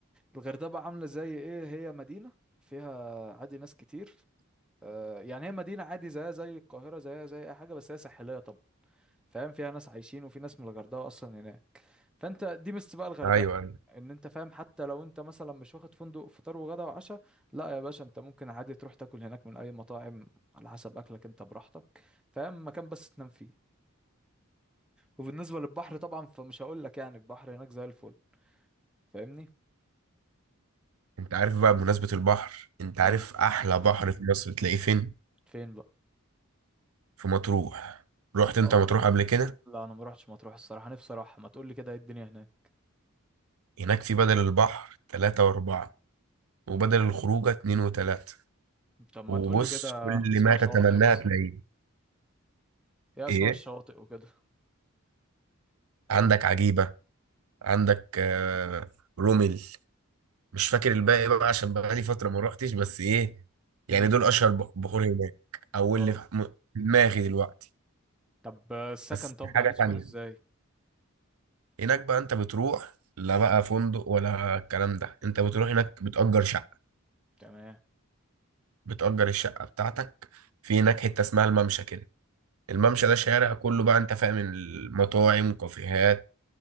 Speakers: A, in the centre; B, on the right.
A: الغردقه بقى عامله زي ايه هي مدينه فيها عادي ناس كتير آه يعني هي مدينه عادي زيها زي القاهره زيها زي اي حاجه بس هي ساحليه طب فاهم فيها ناس عايشين وفي ناس من الغردقه اصلا هناك فانت دي ميزة بقى الغردقة
B: ايوه ايوه
A: ان انت فاهم حتى لو انت مثلا مش واخد فندق فطار وغدا وعشاء لا يا باشا انت ممكن عادي تروح تاكل هناك من اي مطاعم على حسب اكلك انت براحتك فاهم مكان بس تنام فيه وبالنسبة للبحر طبعا فمش هقول لك يعني البحر هناك زي الفل فاهمني
B: انت عارف بقى بمناسبة البحر انت عارف
A: اه
B: احلى بحر في مصر تلاقيه فين
A: فين بقى
B: في مطروح رحت انت
A: اه
B: مطروح قبل كده
A: لا انا ما روحتش مطروح الصراحة نفسي اروح ما تقول لي كده ايه الدنيا هناك
B: هناك في بدل البحر تلاتة واربعة وبدل الخروجة اتنين وتلاتة
A: طب ما
B: وبص
A: تقول لي كده
B: كل
A: اسماء
B: ما
A: شواطئ
B: تتمناه
A: مصر
B: تلاقيه
A: ايه اسماء
B: ايه
A: الشواطئ وكده
B: عندك عجيبة عندك آه رومل مش فاكر الباقي بقى عشان بقالي فترة ما روحتش بس ايه يعني
A: امم
B: دول اشهر بح- بحور هناك او
A: اه
B: اللي في م- في دماغي دلوقتي
A: طب السكن
B: بس
A: طب
B: حاجة
A: هنسكن
B: تانية
A: ازاي
B: هناك بقى انت بتروح لا بقى فندق ولا الكلام ده انت بتروح هناك بتأجر شقة
A: تمام
B: بتأجر الشقة بتاعتك في هناك حتة اسمها الممشى كده الممشى ده شارع كله بقى انت فاهم المطاعم كافيهات